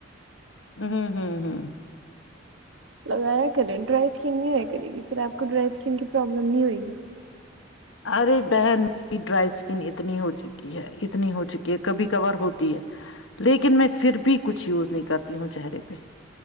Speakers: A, on the left; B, on the right.
A: ہ ہوں ہوں ہوں <unintelligible>
B: لگایا کرے ڈرائی اسکن نہیں ہویا کرے گی پھر آپ کو ڈرائی اسکن کی پرابلم نہیں ہوئے گی
A: ارے بہنیری ڈرائی اسکن اتنی ہو چکی ہے اتنی ہو چکی ہے کبھی کور ہوتی ہے لیکن میں پھر بھی کچھ یوز نہیں کرتی ہوں چہرے پہ